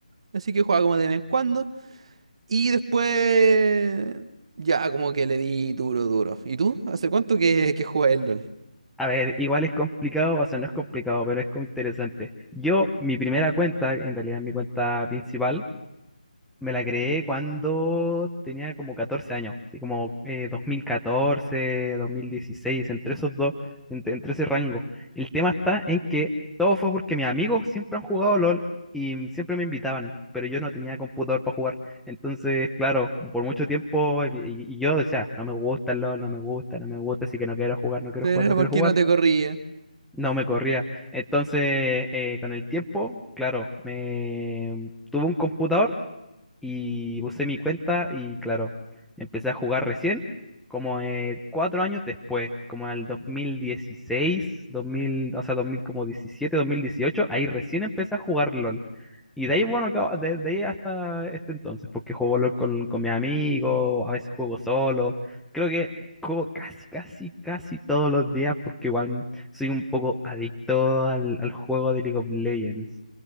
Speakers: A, on the right; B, in the centre.
A: Así que jugaba como de vez en cuando. Y después ya como que le di duro, duro. ¿Y tú? ¿Hace cuánto que, que juegas el LOL?
B: A ver, igual es complicado, o sea, no es complicado, pero es como interesante. Yo, mi primera cuenta, en realidad es mi cuenta principal, Me la creé cuando tenía como 14 años, así como eh, 2014, 2016, entre esos dos, entre, entre ese rango. El tema está en que todo fue porque mis amigos siempre han jugado LOL y siempre me invitaban, pero yo no tenía computador para jugar. Entonces, claro, por mucho tiempo eh, y, y yo decía, no me gusta el LOL, no me gusta, no me gusta, así que no quiero jugar, no quiero
A: Pero
B: jugar,
A: era
B: no
A: porque
B: quiero jugar.
A: no te corría.
B: No me corría. Entonces, eh, con el tiempo, claro, me tuve un computador y usé mi cuenta y claro, empecé a jugar recién, como eh, cuatro años después, como al 2016, 2000, o sea, 2000, como 17, 2018, ahí recién empecé a jugar LOL. Y de ahí, bueno, que- a- de, de ahí hasta este entonces, porque juego LOL con, con mis amigos, a veces juego solo, creo que juego casi, casi, casi todos los días, porque igual soy un poco adicto al, al juego de League of Legends.